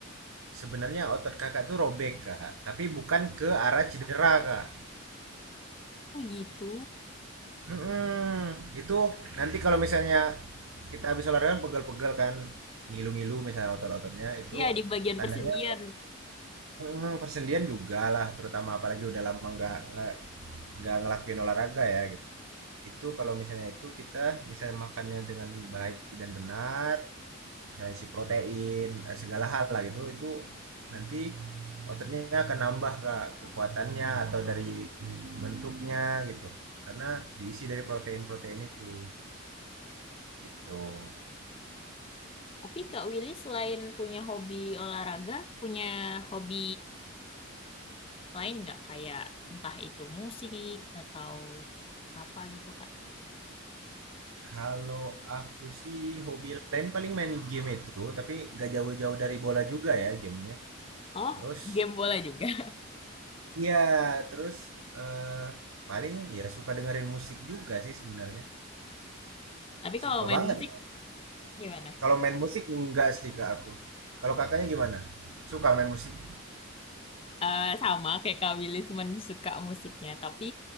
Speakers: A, on the right (about 80°); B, on the left (about 25°).
A: sebenarnya otot kakak tuh robek kak, tapi bukan ke arah cedera kak.
B: Oh gitu.
A: Mm-mm. Itu nanti kalau misalnya kita habis olahraga kan pegel-pegel kan, ngilu-ngilu misalnya otot-ototnya itu
B: Iya di bagian
A: tandanya
B: persendian.
A: mm, persendian juga lah, terutama apalagi udah lama nggak nggak nggak ngelakuin olahraga ya gitu. itu kalau misalnya itu kita misalnya makannya dengan baik dan benar misalnya isi protein eh, segala hal lah gitu itu nanti ototnya akan nambah kak kekuatannya atau dari bentuknya gitu karena diisi dari protein-protein itu itu
B: Tapi Kak Willy selain punya hobi olahraga, punya hobi lain nggak? Kayak entah itu musik atau apa gitu Kak.
A: kalau aku sih hobi lain paling main game itu tapi gak jauh-jauh dari bola juga ya gamenya
B: Oh,
A: terus
B: game bola juga.
A: ya terus eh, paling ya suka dengerin musik juga sih sebenarnya
B: <laughs> Tapi
A: Suka
B: kalau main
A: banget.
B: musik gimana?
A: Kalau main musik enggak sih Kak aku. Kalau Kakaknya gimana? Suka main musik?
B: Eh sama kayak Kak Willy cuman suka musiknya. Tapi